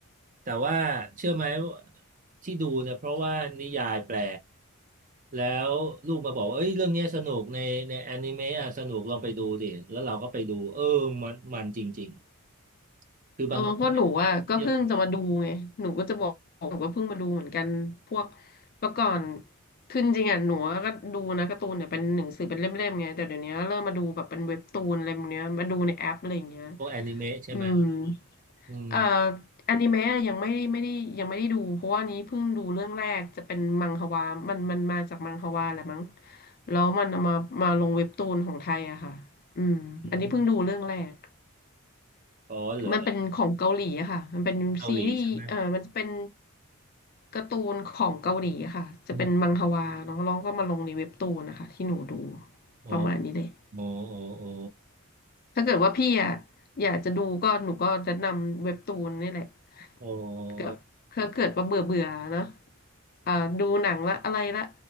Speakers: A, on the right; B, on the left.
A: แต่ว่าเชื่อไหมว่าที่ดูเนี่ยเพราะว่านิยายแปลแล้วลูกมาบอกว่าเอ้ยเรื่องเนี้ยสนุกในในแอนิเมะอะสนุกลองไปดูดิแล้วเราก็ไปดูเออมันมันจริงๆคือบาง
B: เออเพราะหนูอ่ะก็เพิ่งจะมาดูไงหนูก็จะบอกหนูก็เพิ่งมาดูเหมือนกันพวก
A: <laughs> เป็น
B: เมื่อก่อนคือจริงๆอ่ะหนูก็ดูนะการ์ตูนเนี่ยเป็นหนังสือเป็นเล่มๆไงแต่เดี๋ยวนี้เริ่มมาดูแบบเป็นเว็บตูนอะไรแบบเนี้ยมาดูในแอปอะไรอย่างเงี้ย
A: พวกแอนิเมะใช่ไหม
B: อืม
A: อืม
B: เอ่ออนิเมะอะยังไม่ได้ไม่ได้ยังไม่ได้ดูเพราะว่านี้เพิ่งดูเรื่องแรกจะเป็นมังฮวามันมันมาจากมังฮวาแหละมั้งแล้วมันเอามามาลงเว็บตูนของไทยอะค่ะอืมอันนี้เพิ่งดูเรื่องแรก
A: อมอ๋อเหรอ
B: มันเป็นของเกาหลีอะค่ะมันเป็นซีรีส์เออมันจะเป็น
A: เกาหลีใช่ไหม
B: การ์ตูนของเกาหลีอะค่ะจะเป็นมังฮวาเนาะแล้วก็มาลงในเว็บตูนนะคะที่หนูดู
A: อืมอ๋อ
B: ประมาณนี้เลย
A: อ๋ออ๋อ
B: ถ้าเกิดว่าพี่อะอยากจะดูก็หนูก็แนะนำเว็บตูนนี่แหละ
A: อ๋อ
B: เกิดเขาเกิดว่าเบื่อเบื่อเนอะ
A: อ
B: อ่าดูหนังละอะไรละ